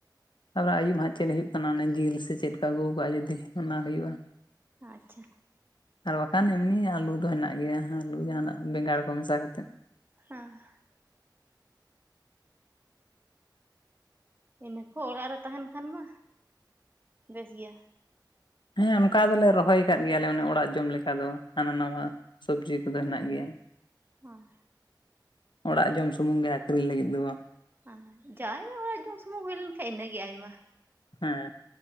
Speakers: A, on the left (about 80°); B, on the right (about 25°).
A: ᱟᱨ ᱟᱹᱭᱩᱵ ᱪᱮᱫ ᱦᱩᱭᱩᱜ ᱠᱟᱱᱟ ᱚᱱᱮ ᱡᱤᱞ ᱥᱮ ᱪᱮᱫ ᱠᱳ ᱟᱹᱜᱩ ᱠᱟᱜ-ᱟ ᱡᱩᱫᱤ ᱚᱱᱟ ᱦᱩᱭᱩᱜ-ᱟ
B: ᱟᱪᱪᱷᱟ
A: ᱟᱨ ᱵᱟᱠᱷᱟᱱ ᱮᱢᱱᱤ ᱟᱞᱩ ᱫᱚ ᱦᱮᱱᱟᱜ ᱜᱮᱭᱟ ᱟᱞᱩ ᱡᱟᱦᱱᱟᱜ ᱵᱮᱸᱜᱟᱲ ᱠᱚ ᱢᱮᱥᱟ ᱠᱟᱛᱮᱫ
B: ᱦᱮ ᱤᱱᱟᱹᱠᱳ ᱚᱲᱟᱜ ᱨᱮ ᱛᱟᱦᱮᱱ ᱠᱷᱟᱱ ᱢᱟ ᱵᱮᱥ ᱜᱮᱭᱟ
A: ᱦᱮ ᱚᱱᱠᱟ ᱫᱚᱞᱮ ᱨᱚᱦᱚᱭ ᱠᱟᱫ ᱜᱮᱭᱟ ᱞᱮ ᱚᱱᱮ ᱚᱲᱟᱜ ᱡᱚᱢ ᱞᱮᱠᱟ ᱫᱚ ᱦᱟᱱᱟ ᱱᱟᱣᱟ ᱥᱚᱵᱽᱡᱤ ᱠᱚᱫᱚ ᱦᱮᱱᱟᱜ ᱜᱮᱭᱟ
B: ᱦᱮᱸ
A: ᱚᱲᱟᱜ ᱡᱚᱢ ᱥᱩᱢᱩᱝ ᱜᱮ ᱟᱹᱠᱷᱨᱤᱧ ᱞᱟᱹᱜᱤᱫ ᱫᱚ ᱵᱟᱝ ᱾
B: ᱟᱨ ᱡᱟᱦᱟᱸᱭ ᱡᱚᱢ ᱥᱩᱢᱩᱝ ᱦᱩᱭ ᱞᱮᱱᱠᱷᱟᱡ ᱤᱱᱟᱹᱜᱮ ᱟᱭᱢᱟ ᱾
A: ᱦᱮᱸ ᱾